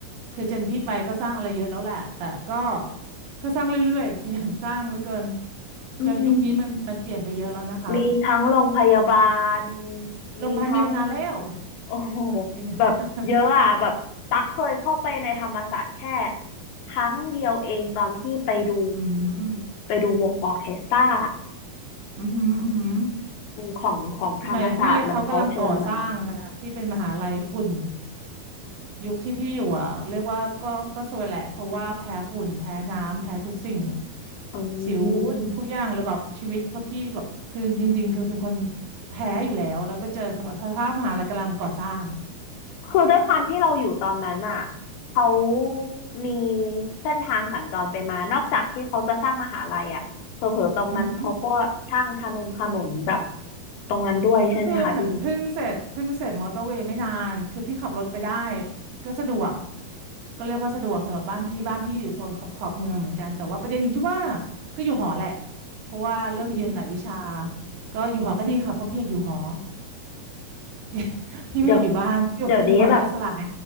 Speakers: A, on the right; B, on the left.
A: คือเจนพี่ไปก็สร้างอะไรเยอะแล้วแหละแต่ก็ก็สร้างเรื่อยๆขยันสร้างเหลือเกิน
B: อืม
A: จนยุคนี้มันมันเปลี่ยนไปเยอะแล้วนะคะ
B: มีทั้งโรงพยาบาล
A: โรงพยาบาลมีมานานแล้ว
B: มีทั้ง โอ้โห
A: มีมานาน
B: แบบเยอะอ่ะแบบตั๊กเคยเข้าไปในธรรมศาสตร์แค่ครั้งเดียวเองตอนที่ไปดู
A: อืม
B: ไปดูวงออร์เคสตรา
A: อือหืออือหือ
B: อืมของของธรรมศาสตร์มันเขาเชิญมา
A: สมัยพี่เขากำลังก่อสร้างกันนะพี่เป็นมหาลัยฝุ่นยุคที่พี่อยู่อ่ะเรียกว่าก็ก็ซวยแหละเพราะว่าแพ้ฝุ่นแพ้น้ำแพ้ทุกสิ่ง
B: อื
A: สิว
B: ม
A: ทุกอย่างเลยแบบชีวิตเพราะพี่แบบคือจริงๆคือเป็นคนแพ้อยู่แล้วแล้วไปเจอสภาสภาพมหาลัยกำลังก่อสร้าง
B: คือด้วยความที่เราอยู่ตอนนั้นอ่ะเขามีเส้นทางสัญจรไปมานอกจากที่เขาจะสร้างมหาลัยอ่ะเผลอๆตรงนั้นเขาก็สร้างถนนถนนแบบ
A: อือหือ
B: ตรงนั้นด้วยใช่ไหมคะพี่
A: ก็คือเหมือนเพิ่งเสร็จเพิ่งเสร็จมอเตอร์เวย์ไม่นานคือพี่ขับรถไปได้ก็สะดวกก็เรียกว่าสะดวกสำหรับบ้านพี่บ้านพี่อยู่โซนขอบขอบเมืองเหมือนกันแต่ว่าประเด็นอยู่ที่ว่าก็อยู่หอแหละเพราะว่าเลิกเรียนหลายวิชา
B: อืม
A: ก็อยู่หอก็ดีค่ะเพราะพี่อยากอยู่หอ <laughs> พี่พี่ไม่อยากอยู่บ้านอยู่อยู่หอแล้วอิสระไง
B: เดี๋ยวเดี๋ยวนี้แบบ